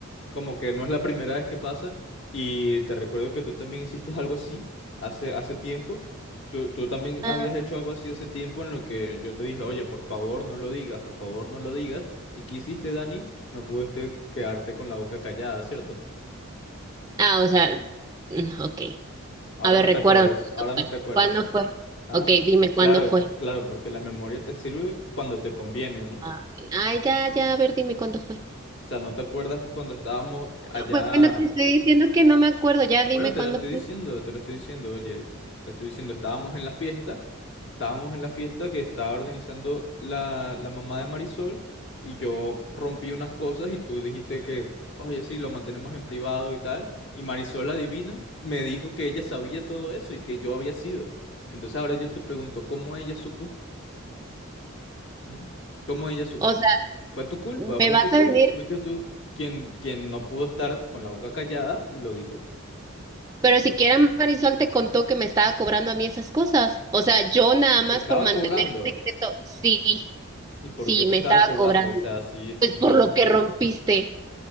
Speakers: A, on the left; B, on the right.
A: como que no es la primera vez que pasa y te recuerdo que tú también hiciste algo así hace, hace tiempo, tú, tú también
B: Ah,
A: habías hecho algo así hace tiempo en lo que yo te dije, oye, por favor no lo digas, por favor no lo digas. ¿Y qué hiciste, Dani? No pudiste quedarte con la boca callada, ¿cierto?
B: ah, o sea, mm, ok.
A: Ahora
B: A ver,
A: no
B: recuérdame
A: te acuerdas,
B: cuándo
A: ahora
B: fue.
A: no te acuerdas.
B: ¿Cuándo fue?
A: Ah,
B: Ok, dime cuándo
A: claro,
B: fue.
A: claro, porque la memoria te sirve cuando te conviene, ¿no?
B: Ay, ay, ya, ya, a ver, dime cuándo fue.
A: O sea, no te acuerdas cuando estábamos allá
B: No, Bueno, te estoy diciendo que no me acuerdo, ya
A: Bueno,
B: dime
A: te
B: cuándo
A: lo estoy
B: fue.
A: diciendo, te lo estoy diciendo, oye, te estoy diciendo, estábamos en la fiesta, estábamos en la fiesta que estaba organizando la, la mamá de Marisol y yo rompí unas cosas y tú dijiste que, oye, sí, lo mantenemos en privado y tal, y Marisol, la divina, me dijo que ella sabía todo eso y que yo había sido. Entonces ahora yo te pregunto, ¿cómo ella supo? ¿Mm? ¿Cómo ella supo?
B: O sea,
A: Fue tu culpa,
B: me
A: fuiste
B: vas
A: tú,
B: a venir,
A: fuiste tú quien, quien no pudo estar con la boca callada y lo dijo.
B: pero siquiera Marisol te contó que me estaba cobrando a mí esas cosas. O sea, yo nada más
A: Te estaba
B: por mantener
A: cobrando.
B: el secreto, sí,
A: ¿Y por
B: sí,
A: qué te
B: me
A: estaba
B: estaba
A: cobrando?
B: cobrando.
A: O sea, sí fui
B: Pues por
A: yo,
B: lo que rompiste.